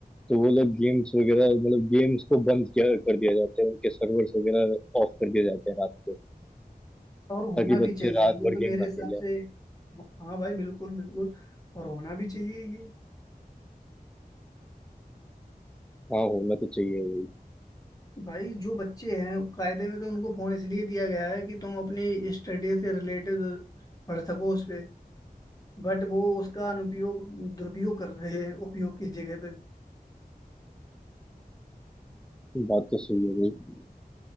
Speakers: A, in the centre; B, on the left.
A: तो वो लोग गेम्स वगैरह मतलब गेम्स को बंद किया कर दिया जाता है उनके सर्वर्स वगैरह ऑफ कर दिए जाते हैं रात को
B: और होना
A: ताकि बच्चे
B: भी चाहिए
A: रात
B: ये
A: भर
B: तो मेरे
A: गेम ना
B: हिसाब
A: खेले
B: से हाँ भाई बिल्कुल बिल्कुल और होना भी चाहिए ये
A: हाँ होना तो चाहिए भाई
B: भाई जो बच्चे हैं कायदे में तो उनको फोन इसलिए दिया गया है कि तुम अपनी स्टडी से रिलेटेड पढ़ सको उस पे बट वो उसका अनुपयोग दुरुपयोग कर रहे हैं उपयोग की जगह पे
A: बात तो सही है भाई